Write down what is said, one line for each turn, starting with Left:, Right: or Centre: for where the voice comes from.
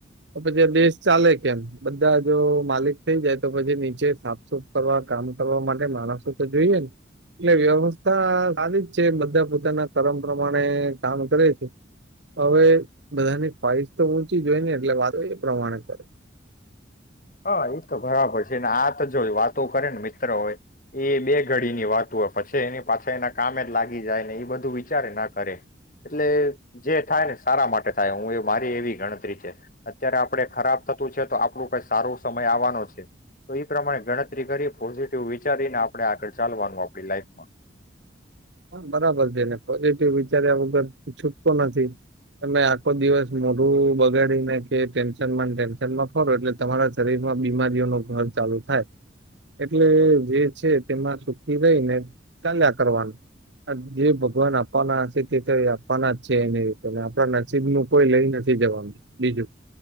Right: તો પછી દેશ ચાલે કેમ બધા જો માલિક થઈ જાય તો પછી નીચે સાફ સુફ કરવા કામ કરવા માટે માણસો તો જોઈએ, ને એટલે વ્યવસ્થા સારી જ છે બધા પોતાના કરમ પ્રમાણે કામ કરે છે, હવે બધાની ખઈશ તો ઊંચી જ હોય ને એટલે વાતો એ પ્રમાણે કરે
Left: હા એ તો બરાબર છે ને આ તો જો વાતો કરે ને મિત્ર હોય એ બે ઘડીની વાત હોય પછી એની પાછા એના કામે જ લાગી જાય ને એ બધું વિચારે ના કરે એટલે જે થાય ને સારા માટે થાય હું એ મારી એવી ગણતરી છે અત્યારે આપણે ખરાબ થતું છે તો આપણું ક સારો સમય આવવાનો છે, તો એ પ્રમાણે ગણતરી કરી પોઝિટિવ વિચારીને આપણે આગળ ચાલવાનું આપણી લાઈફમાં.
Right: બરાબર છેને પોઝિટિવ વિચાર્યા વગર છૂટકો નથી, તમે આખો દિવસ મોઢું બગાડીને કે ટેન્શનમાં ટેન્શનમાં ફરો એટલે તમારા શરીરમાં બીમારીઓ ન ઘર ચાલુ થાય, એટલે જે છે તેમાં સુખી રહીને ચાલ્યા કરવાનું. જે ભગવાન આપવાના આથી થ આપવાના જ છે એની રીતે આપણા નસીબ નું કોઈ લઈ નથી જવાનું, બીજું